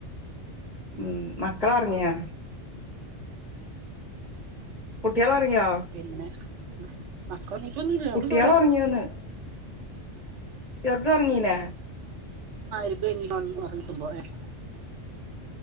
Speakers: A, in the centre; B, on the right (about 75°).
A: ഉം മക്കള ഇറങ്ങിയാ കുട്ടിയാല വർക്ക
B: പിന്നെ മക്കളെണീറ്റൊന്നുല്ല
A: കുട്ടിയൾ
B: ഒക്കെണ്ടവിടെ
A: ഇറങ്ങിയന്ന് ചെറുത ഉറങ്ങീന
B: രിഭഞ്ഞിക്കുമ്പോ ഇ ഇറങ്ങിപ്പ